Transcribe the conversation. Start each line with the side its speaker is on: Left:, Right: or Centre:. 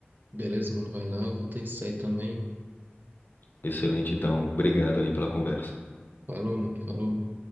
Right: Beleza, mano, vai lá, vou ter que sair também.
Left: Excelente, então. Obrigado aí pela conversa.
Right: Falou, mano, falou.